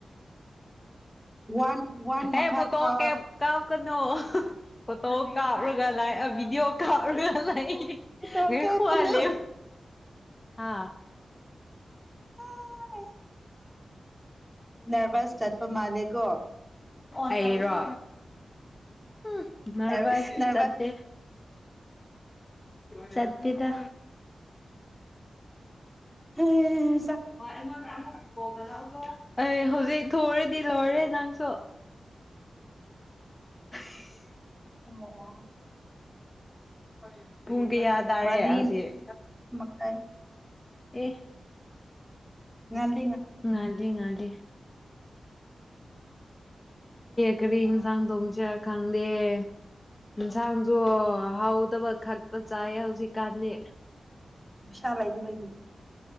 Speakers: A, in the centre; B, on the left.
A: ꯋꯥꯟ ꯋꯥꯟ ꯃꯈꯥ
B: ꯑꯦ ꯐꯨꯠꯇ
A: ꯐꯥꯎ
B: ꯀ ꯀ ꯀꯩꯅꯣ ꯐꯣꯇꯣ ꯀꯥꯞꯔꯒ ꯂꯥꯛꯑ ꯗꯤꯑꯣ ꯀꯥꯔ ꯂ ꯂꯩꯥꯏ
A: ꯇꯣꯛ ꯀꯞꯀꯅꯨ
B: ꯈꯋꯥ ꯂꯩꯦ ꯑꯥ
A: ꯍꯥꯏ ꯅꯔꯚꯁ ꯆꯠꯄ ꯃꯥꯜꯂꯦꯀꯣ
B: ꯑꯩꯔꯣ ꯎꯝ ꯅꯔꯚꯁꯇ
A: ꯅꯔ ꯅꯔꯚꯁ
B: ꯆꯠꯇꯦ ꯆꯠꯗ
A: ꯍ
B: <unintelligible> ꯑꯦ ꯍꯧꯖꯤꯛ ꯊꯨꯔꯗꯤ ꯂꯣꯏꯔꯦ ꯅꯪꯁꯨ <unintelligible>
A: <unintelligible>
B: <unintelligible> ꯄꯨꯡ ꯀꯌꯥ ꯇꯥꯔꯦ
A: ꯃꯔꯤ
B: ꯍꯧꯖꯤꯛ
A: <unintelligible>
B: ꯑꯦ
A: <unintelligible>
B: ꯉꯥꯟꯗꯤ ꯉꯜꯂꯤ ꯀꯔꯤ ꯌꯦꯟꯁꯥꯡ ꯊꯣꯡꯁꯦ ꯈꯪꯗꯦ ꯌꯦꯟꯁꯥꯡꯁꯨ ꯍꯥꯎꯗꯕ ꯈꯛꯇ ꯆꯥꯏꯌꯦ ꯍꯧꯖꯤꯛꯀꯥꯟꯗꯤ
A: ꯄꯩꯁꯥ ꯂꯩꯗꯨꯕꯒꯤ